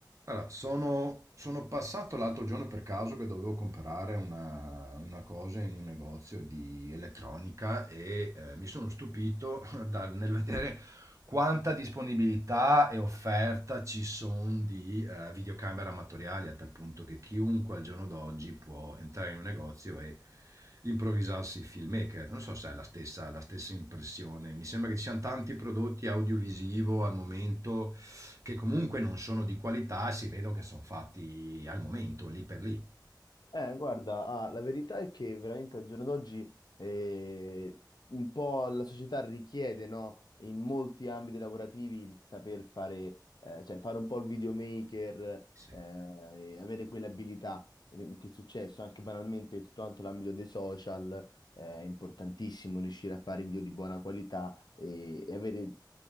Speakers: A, on the right; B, on the left.
A: Allora, sono, sono passato l'altro giorno per caso che dovevo comprare una, una cosa in un negozio di elettronica e eh, mi sono stupito <laughs> dal- nel vedere quanta disponibilità e offerta ci sono di eh, videocamere amatoriali, a tal punto che chiunque al giorno d'oggi può entrare in un negozio e improvvisarsi filmmaker. Non so se è la stessa, la stessa impressione. Mi sembra che ci siano tanti prodotti audiovisivo al momento che comunque non sono di qualità, si vedono che sono fatti al momento, lì per lì.
B: Eh, guarda, ah, la verità è che veramente al giorno d'oggi eh, un po' la società richiede, no, in molti ambiti lavorativi il saper fare, eh, cioè fare un po' il videomaker,
A: Sì.
B: eh, e avere quell'abilità eh, che è successo anche banalmente tutto quanto l'ambito dei social, eh, è importantissimo riuscire a fare video di buona qualità e, e avere